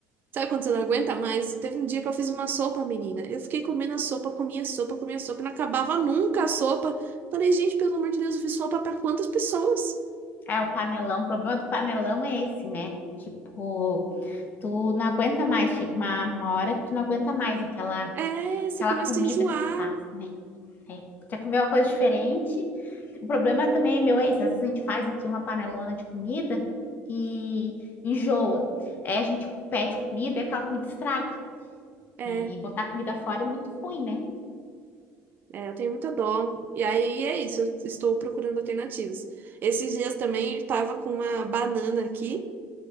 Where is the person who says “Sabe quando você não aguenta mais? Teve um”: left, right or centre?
Right